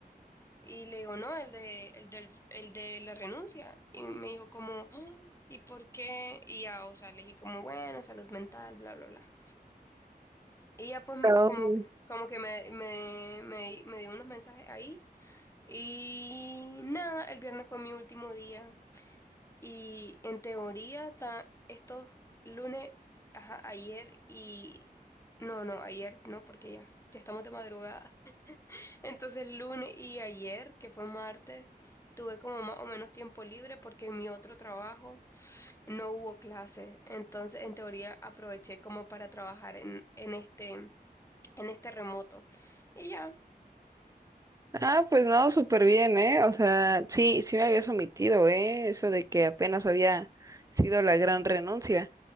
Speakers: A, on the left; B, on the right.
A: y le digo, no, el de, el del, el de la renuncia y me dijo como, "Ah, ¿y por qué? Y ya, o sea, le dije como, bueno, salud mental, bla, bla, bla. Y ya pues
B: Oh.
A: como que, como que me, me, me, me dio unos mensajes ahí. Y nada, el viernes fue mi último día. Y en teoría ta- estos lunes, ajá, ayer y... No, no, ayer no, porque ya, ya estamos de madrugada. <laughs> Entonces lunes y ayer, que fue martes, tuve como más o menos tiempo libre porque en mi otro trabajo no hubo clase. Entonces en teoría aproveché como para trabajar en, en este en este remoto. Y ya,
B: Ah, pues no, súper bien, ¿eh? O sea, sí, sí me habías omitido, ¿eh? Eso de que apenas había sido la gran renuncia.